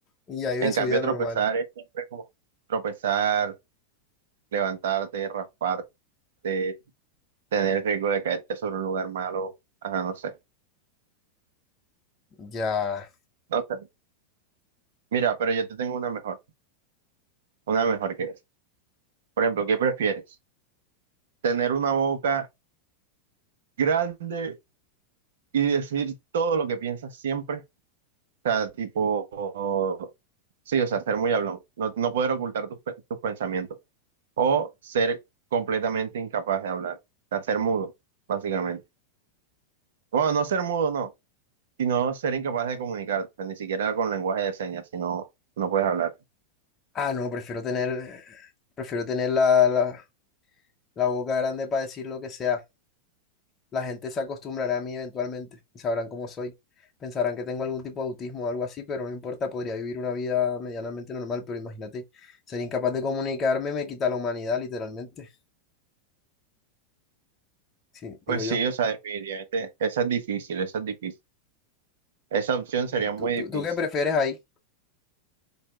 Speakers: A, on the left; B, on the right.
A: Y ahí
B: En
A: vive
B: cambio,
A: su vida
B: tropezar
A: normal.
B: es siempre como tropezar, levantarte, rasparte, tener el riesgo de caerte sobre un lugar malo. Ajá, no sé.
A: Ya.
B: No sé. Mira, pero yo te tengo una mejor, una mejor que es. Por ejemplo, ¿qué prefieres? ¿Tener una boca grande y decir todo lo que piensas siempre? O sea, tipo, sí, o sea, ser muy hablón, no, no poder ocultar tus, pe- tus pensamientos. O ser completamente incapaz de hablar, o sea, ser mudo, básicamente. Bueno, no ser mudo, no. y no ser incapaz de comunicarte, pues, ni siquiera con lenguaje de señas, si no, no puedes hablar.
A: Ah, no, prefiero tener, prefiero tener la, la, la boca grande para decir lo que sea. La gente se acostumbrará a mí eventualmente y sabrán cómo soy. Pensarán que tengo algún tipo de autismo o algo así, pero no importa, podría vivir una vida medianamente normal, pero imagínate, ser incapaz de comunicarme me quita la humanidad, literalmente. Sí,
B: Pues
A: digo
B: sí,
A: yo.
B: o sea, definitivamente, esa es difícil, esa es difícil. Esa opción sería muy
A: ¿Tú, tú,
B: difícil.
A: tú qué prefieres ahí?